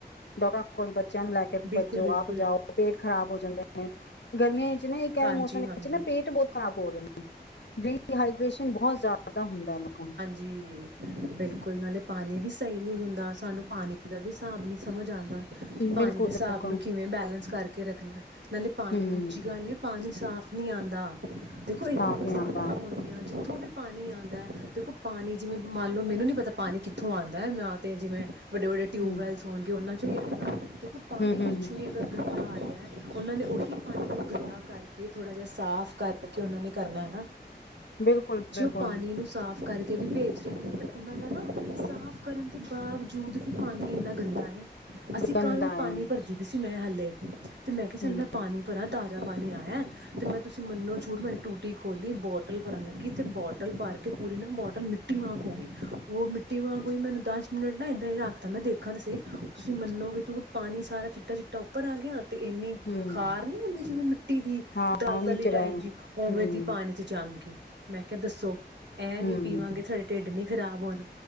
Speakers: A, on the left; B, on the right.
A: ਡਾਕਟਰਾਂ ਕੋਈ ਬੱਚਿਆਂ ਨੂੰ ਲੈ ਕੇ
B: ਬਿਲਕੁਲ
A: ਭੱਜੋ
B: ਬਿਲਕੁਲ
A: ਆਪ ਜਾਓ ਪੇਟ ਖ਼ਰਾਬ ਹੋ ਜਾਂਦੇ ਨੇ ਗਰਮੀਆਂ ਨਾ ਇਹ ਕਹਿ
B: ਹਾਂਜੀ
A: ਮੌਸਮ ਵਿੱਚ
B: ਹਾਂਜੀ
A: ਨਾ ਪੇਟ ਬਹੁਤ ਖਰਾਬ ਹੋ ਰਹੇ ਨੇ ਹ੍ਰ ਬਹੁਤ ਜ਼ਿਆਦਾ ਹੁੰਦਾ ਹੈ ਮ
B: ਜੀ ਬਿਲਕੁਲ ਨਾਲੇ ਪਾਣੀ ਵੀ ਸਹੀ ਨਹੀਂ ਹੁੰਦਾ ਸਾਨੂੰ ਪਾਣੀ ਦਾ ਵੀ ਹਿਸਾਬ ਨੀ ਸਮਝ ਆਉਂਦਾ ਕਿ ਪਾਣੀ
A: ਬਿਲਕੁਲ
B: ਦੇ ਹਿਸਾਬ
A: ਬਿਲਕੁਲ
B: ਨੂੰ ਕਿਵੇਂ ਬੈਲੇਂਸ ਕਰਕੇ ਕੇ ਰੱਖਣਾ ਨਾਲੇ ਪਾਣੀ
A: ਹੂੰ
B: ਦੂਜੀ ਗਲ ਇਹ ਪਾਣੀ ਸਾਫ਼ ਨਹੀਂ ਆਉਂਦਾ ਦੇਖੋ
A: ਸਾਫ਼
B: ਇੰਨੀਆਂ ਬਰਸਾਤਾਂ
A: ਨੀ ਆਉਂਦਾ
B: ਹੋਣੀਆਂ ਜਿੱਥੋਂ ਤੁਹਾ ਪਾਣੀ ਆਉਂਦਾ ਹੈ ਦੇਖੋ ਪਾਣੀ ਜਿਵੇਂ ਮੰਨ ਲਓ ਮੈਨੂੰ ਨੀ ਪਤਾ ਪਾਣੀ ਕਿੱਥੋਂ ਆਉਂਦਾ ਹੈ ਮੈਂ ਤੇ ਜਿਵੇਂ ਵੱਡੇ ਵੱਡ ਟਿਊਵੈਲ
A: ਹੂੰ
B: ਹੋਣਗੇ ਉਹਨਾਂ ਅੱਛਾ ਦੇਖੋ ਪਾਣੀ
A: ਹੂੰ ਹੂੰ
B: ਪਿੱਛੋਂ
A: ਹੂੰ
B: ਹੀ ਅਗਰ ਗੰਦਾ ਰਿਿਆ ਉਹਨਾਂ ਨੇ ਉਹੀ ਪਾਣੀ ਨੂੰ ਗੰਦਾ ਕਰਕੇ ਥੋੜ੍ਹਾ ਜਿਹਾ ਸਾਫ ਕਰਕੇ ਉਹਨਾਂ ਨੇ ਕਰਨਾ ਹੈਾ
A: ਬਿਲਕੁਲ
B: ਜ
A: ਬਿਲਕੁਲ
B: ਉਹ ਪਾਣੀ ਨੂੰ ਸਾਫ਼ ਕਰਕੇ ' ਵੀ ਭੇਜ ਰਹੇ ਨੇ ਬਟ ਉਹਨਾਂ ਦਾ ਨਾ ਸਾਫ ਕਰਨ ਦੇ ਬਾਵਜੂਦ ਵੀ ਪਾਣੀ ਇੰਨਾ ਗੰਦਾ ਏ ਅਸੀਂ
A: ਗੰਦਾ
B: ਕਲ
A: ਹੈ
B: ਪਾਣੀ ਭਰਦੀ ਵੀ ਸੀ ਮੈਂ ਹਾਲੇ ਅਤੇ ਮੈਂ ਕਿਹਾ
A: ਹੂੰ
B: ਚੱਲ ਮੈਂ ਪਾਣੀ ਭਰਾਂ ਤਾਜ਼ਾ ਪਾਣੀ ਆਇਆ ਤੇ ਮੈਂ ਤੁਸੀਂ ਮੰਨੋ ਝੂਠ ਮੇਰੀ ਟੂਟੀ ਖੋਲੀ ਬੋਟਲ ਭਰਨ ਲੱਗੀ ਕਿਥ ਬੋਟਲ ਭਾਰ ਕੇ ਪੂਰੀ ਨਾ ਬੋਟਲ ਮਿੱਟੀ ਵਾਂਗ ਹੋ ਗਈ ਉਹ ਮਿੱਟੀ ਵਾਂਗ ਹੋਈ ਮੈਨੂੰ ਦਸ ਮਿੰਟ ਨਾ ਇੱਦਾਂ ਹੀ ਰੱਖਦਾ ਮੈਂ ਦੇਖਾਂ ਤਾਂ ਸਹੀ ਤੁਸੀਂ ਮੰਨੋਗੇ ਤੂੰ ਪਾਣੀ ਸਾਰਾ ਚਿੱਟਾ ਚਿੱਟਾ ਉੱਪਰ ਆ ਗਿਆ ਤੇ ਇੰਨੀ
A: ਹੂੰ
B: ਖਾਰ ਨਹੀਂ ਹੁੰਦੀ ਜਿਵੇਂ ਮਿੱਟੀ ਦੀ
A: ਹਾਂ
B: ਦਲ
A: ਨੀਚੇ
B: ਦਲੀ ਟਾਈਪ
A: ਬਹਿ ਗਏ
B: ਜੀ ਉਵੇਂ
A: ਹੂੰ
B: ਦੀ ਪਾਣੀ 'ਚ ਜੰਮ ਗਈ ਮੈਂ ਕਿਹਾ ਦੱਸੋ ਐ ਨੀ
A: ਹੂੰ
B: ਪੀਵਾਂਗੇ ਤੇ ਫਿਰ ਢਿੱਡ ਨੀ ਖਰਾਬ ਹੋਣ